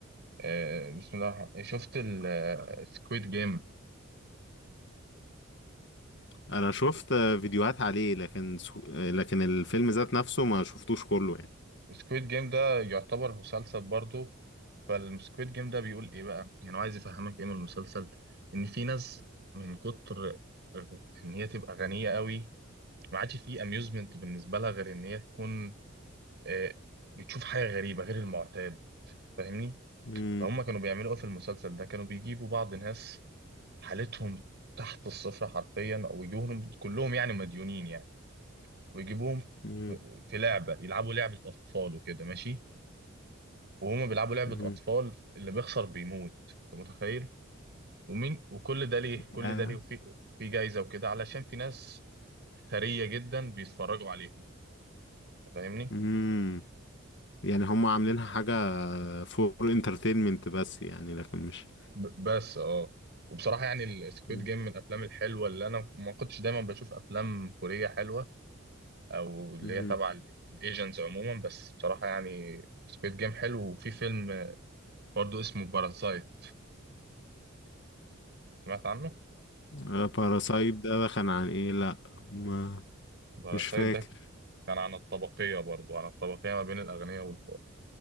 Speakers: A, on the right; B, on the left.
A: آه، بسم الله الرحمن الرحيم شفت السكويد جيم
B: انا شفت آه، فيديوهات عليه لكن سو... آه، لكن الفيلم ذات نفسه ما شفتوش كله يعني
A: السكويد جيم ده يعتبر مسلسل برضه فالسكويد جيم ده بيقول ايه بقى؟ يعني هو عايز يفهمك ايه من المسلسل؟ ان في ناس من كتر ان هي تبقى غنية قوي ما عادش في اميوزمنت بالنسبة لها غير ان هي تكون آه، بتشوف حاجة غريبة غير المعتاد فاهمني
B: مم.
A: فهم كانوا بيعملوا ايه في المسلسل ده كانوا بيجيبوا بعض ناس حالتهم تحت الصفر حرفيا او يجيبوهم كلهم يعني مديونين يعني ويجيبوهم في
B: مم.
A: في لعبه يلعبوا لعبه اطفال وكده ماشي وهما بيلعبوا لعبه
B: مم.
A: اطفال اللي بيخسر بيموت انت متخيل ومين وكل ده ليه كل
B: يا.
A: ده ليه وفي في جايزه وكده علشان في ناس ثريه جدا بيتفرجوا عليهم انت فاهمني
B: مم. يعني هم عاملينها حاجة فور انترتينمنت بس يعني لكن مش
A: ب- بس اه وبصراحه يعني السكويد
B: مم.
A: جيم من الافلام الحلوه اللي انا ما كنتش دايما بشوف افلام كوريه حلوه او اللي
B: مهم.
A: هي تبع الايجنتس عموما بس بصراحه يعني سكويد جيم حلو وفي فيلم برضو اسمه باراسايت سمعت عنه
B: آه، باراسايت ده ده كان عن ايه لا ما
A: باراسايت
B: مش فاكر
A: ده كان عن الطبقيه برضو عن الطبقيه ما بين الاغنياء والفقراء